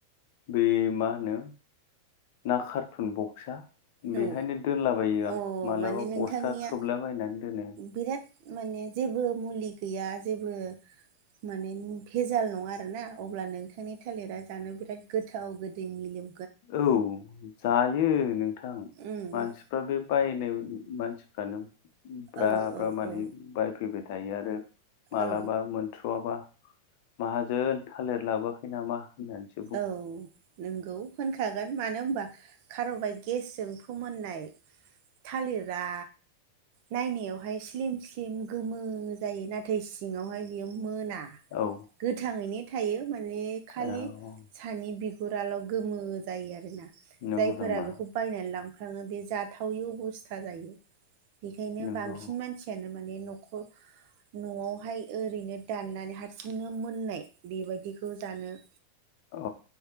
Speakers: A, on the left; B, on the right.
A: बै मा होनो ना कार्टुन बक्सा बेहायनो
B: औ
A: दोनलाबायो आं
B: अ
A: मालाबा
B: माने नोंथांनिया
A: बस्था खोबलाबायनानै दोनो।
B: बिराद माने जेबो मुलि गैया जेबो माने भेजाल नङा आरोना अब्ला नोंथांनि थालिरा जानो बिराद गोथाव गोदै मोनो।
A: औ जायो नोंथां
B: उम
A: मानसिफ्रा बे बायनाय मानसि फ्रानो ब्रा
B: औ
A: ब्रा
B: औ
A: माने
B: औ
A: बायफैबाय थायो आरो मालाबा
B: औ
A: मोनथ्र'आबा माहाजोन थालिर लाबोखै नामा होननानै सो
B: औ नंगौ होनखागोन मानो होमबा खार'बायट गेसजों फोमोननाय थालिरा नायनायावहाय स्लिम स्लिम गोमो जायो नाथाय सिङावहाय बियो मोना।
A: औ
B: गोथाङैनो थायो माने खालि
A: औ
B: सानि बिगुराल' गोमो जायो आरोना
A: नंगौ
B: जायफोरा
A: नामा
B: बेखौ बायनानै लांफ्राङो बे जाथावै अबस्था जायो बेखायनो
A: नंगौ
B: बांसिन मानसि बेनो माने नख' न'आवहाय ओरैनो दाननानै हारसिंनो मोननाय बेबादिखौ जानो
A: अ